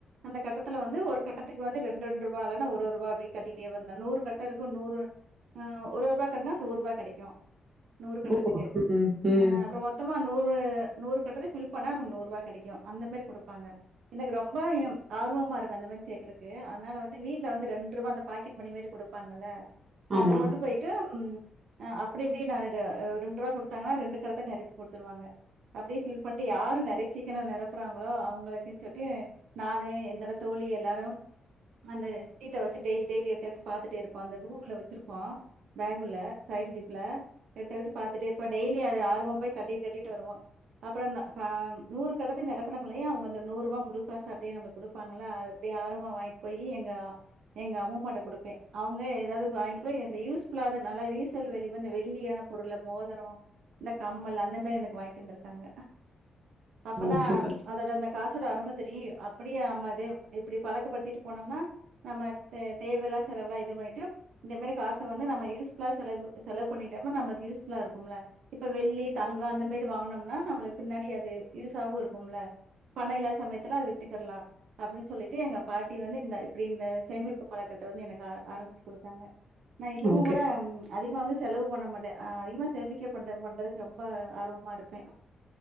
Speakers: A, on the right; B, on the right.
A: அந்த கட்டத்துல வந்து ஒரு கட்டத்துக்கு வந்து ரெண்டு ரெண்டு ரூபாய் இல்லன்னா ஒரு ரூபாய் அப்படிய கட்டிட்டே வரணு நூறு கட்ட இருக்கு நூறு ஆ ஒரு ரூபாய் கட்டினா நூறு ரூபா கிடைக்கு நூறு கட்டத்துக்கு
B: ஓ! ம், ம்.
A: ஆ அப்புறம் மொத்தமா நூறு நூறு கட்டத்தயு ஃபில் பண்ணாங்களுக்கு நூறு ரூபா கிடைக்கு அந்த மாரி கொடுப்பாங்க எனக்கு ரொம்ப ம் ஆர்வமா இருக்கு அந்த மாரி சேகறக்கு அதனால வந்து வீட்டுல வந்து ரெண்டு ரூபா அந்த பாக்கெட் மணி மாரி கொடுப்பாங்கல்ல
B: ஆமா.
A: அத கொண்டு போயிட்டு ஆ அப்டியுமே நான் இது ஒரு ரெண்டு ரூபா கொடுத்தாங்களா ரெண்டு கட்டத்த நெரப்பி கொடுத்துருவங்க அப்படியே ஃபீல் பண்ணிட்டு யாரு நெறைய சீக்கிர நிரப்புறாங்களோ அவங்களுக்கு <unintelligible> நானு என்னோட தோழி எல்லாரும் அந்த சீட்ட வச்சு டெய்லி டெய்லி எடுத்தத்துடுத்து பாாரத்துட்டே இருப்போ அந்த கூகுல வச்சிருப்போ பேகுல சைடு ஜிப்ல எடுத்தடுத்து பாத்துட்டே இருப்போ டெய்லி அத ஆர்வம் போய் கட்டிட்டு கட்டிட்டு வருவோ அப்புறம்‌‌ பாம் நூறு கட்டத்தூக்கு நடக் பங்களைய அவுங்க அந்த நூறுரூபா முழு பசம் அப்டியே நம்ம குடுப்பாங்ளா அது அப்டியே ஆர்வமா வாங்கிட்டு போயி எங்க எங்க அம்மு மாட்ட குடுப்பே அவுங்க எதாவது வாங்கிட்டு போய் யூஸ் ஃபுல்லான நல்லா ரீசேல் வேல்யு வெள்ளியான பொருள்ல மோதரோ அந்த கம்மல் அந்த மாரி எனக்கு வாங்கிட்டு வந்து க்கா அப்தா
B: ஓ! சூப்பர்.
A: அதோட அந்த காசோட அரும்ம தெரியு அப்டியே நம்ம இத இப்டி பழக்கப்படுத்திட்டு போனோம்னா நம்ம தேவல்லா செலவுலா இது பண்ணிட்டு இந்த மாதிரி காச வந்து நம்ம யூஸ்ஃபுல்லா செலவு செலவு பண்ணிட்டோம்னா நம்மளுக்கு யூஸ்ஃபுல்லா இருக்கும்ல இப்ப வெள்ளி தங்கோ அந்த மாதிரி வாங்கனும் ஆமா நம்மளுக்கு பின்னாடி அது யூஸாவு இருக்கும்ல பண இல்லாத சமயத்துல அது வித்துக்குறலா அப்டின் சொல்லிட்டு எங்க பாட்டி வந்து இந்த இப்டி இந்த சேமிப்பு பழக்கத்த வந்து எனக்கு ஆ ஆரம்பிச்சு குடுத்தாங்க நா இன்னமுங்கூட
B: ஓகே.
A: அதிகமா வந்து செலவு பண்ண மாட்டே அ அதிகமா சேமிக்க பண்ன மட்டு ரொம்ப ஆர்வமாயிருப் பே